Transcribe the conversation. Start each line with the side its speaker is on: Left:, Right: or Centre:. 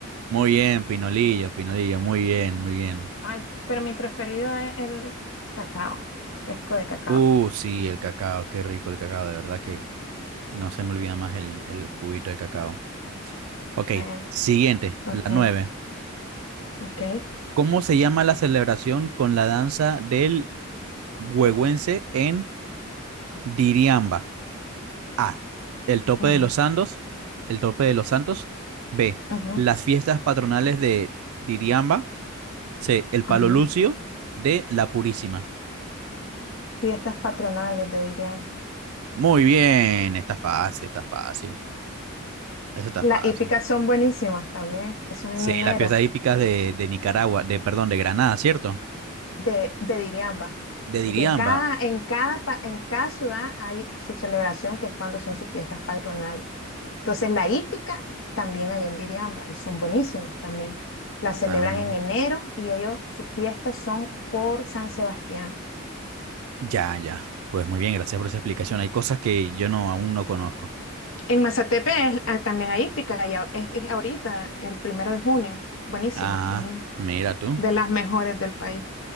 Right: Muy bien, pinolillo, pinolillo, muy bien, muy bien.
Left: Ay, pero mi preferido es el cacao, fresco de cacao.
Right: Uh, sí, el cacao, qué rico el cacao, de verdad que no se me olvida más el, el juguito de cacao. Ok,
Left: Eh,
Right: siguiente,
Left: ok,
Right: la nueve.
Left: ok.
Right: ¿Cómo se llama la celebración con la danza del huehuense en Diriamba? A. El tope
Left: ujú,
Right: de los santos. El tope de los santos. B.
Left: ujú,
Right: Las fiestas patronales de Diriamba. C. El palo
Left: ujú.
Right: lucio. D. La purísima.
Left: Fiestas patronales de Diriamba.
Right: Muy bien, está fácil, está fácil. Eso está
Left: Las
Right: fácil.
Left: hípicas son buenísimas también. Son
Right: Sí,
Left: en enero
Right: las fiestas hípicas de, de Nicaragua, de, perdón, de Granada, ¿cierto?
Left: de, de Diriamba.
Right: De Diriamba.
Left: Es que en cada, en cada, pa- en cada ciudad hay su celebración, que es cuando son sus fiestas patronales. Entonces, la hípica también hay en Diriamba y son buenísimas también. La celebran
Right: Ah,
Left: en enero y ellos, sus fiestas son por San Sebastián.
Right: Ya, ya. Pues muy bien, gracias por esa explicación. Hay cosas que yo no aún no conozco.
Left: En Mazatepe es- ah, también hay hípica y a- es, es ahorita, el primero de junio. Buenísimas
Right: Ah,
Left: también,
Right: mira tú.
Left: de las mejores del país.